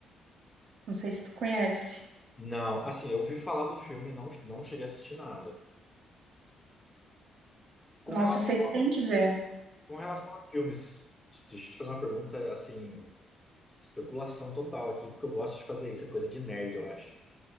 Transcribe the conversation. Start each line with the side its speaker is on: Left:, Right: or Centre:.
Right: Não sei se tu conhece.
Left: Não, assim, eu ouvi falar do filme, não, não cheguei a assistir nada. Com
Right: Nossa,
Left: relação
Right: você
Left: a,
Right: tem que ver.
Left: com relação a filmes, deixa eu te fazer uma pergunta, assim, especulação total aqui, porque eu gosto de fazer isso, é coisa de nerd, eu acho.